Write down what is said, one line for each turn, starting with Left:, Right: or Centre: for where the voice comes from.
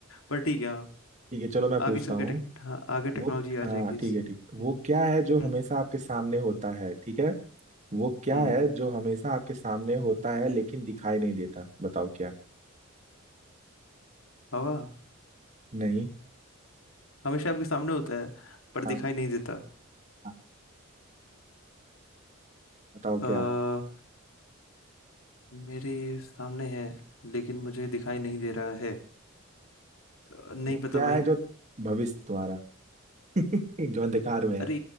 Left: पर ठीक है हाँ
Right: ठीक है चलो मैं
Left: आगे
Right: पूछता
Left: चल
Right: हूँ
Left: के टेक, हाँ आगे टेक्नोलॉजी
Right: वो
Left: आ
Right: हाँ
Left: जाएगी इस
Right: ठीक है ठीक
Left: हम्म
Right: वो क्या है जो हमेशा
Left: हम्म
Right: आपके सामने होता है ठीक है वो क्या
Left: हम्म,
Right: है जो हमेशा आपके सामने होता है लेकिन दिखाई नहीं देता बताओ क्या
Left: हवा
Right: नहीं
Left: हमेशा आपके सामने होता है पर
Right: हाँ
Left: दिखाई नहीं देता
Right: हाँ बताओ
Left: हम्म
Right: क्या
Left: मेरे सामने है लेकिन मुझे दिखाई नहीं दे रहा है अ, नहीं
Right: वो
Left: पता
Right: क्या
Left: भाई
Right: है जो भविष्य तुम्हारा <laughs> जो अंधकार में है
Left: अरे